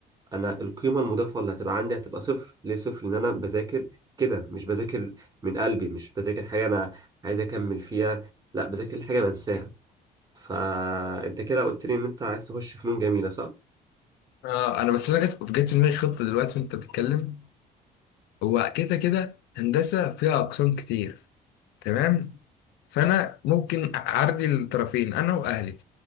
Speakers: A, on the right; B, on the left.
A: انا القيمه المضافه اللي هتبقى عندي هتبقى صفر ليه صفر لان انا بذاكر كده مش بذاكر من قلبي مش بذاكر حاجه انا عايز اكمل فيها لا بذاكر حاجه بنساها فانت كده قلت لي ان انت عايز تخش فنون جميله صح
B: آه انا بس انا جت جت في دماغي خطه دلوقتي وانت بتتكلم هو كده كده هندسه فيها اقسام كتير تمام فانا ممكن اعرضي الطرفين انا واهلي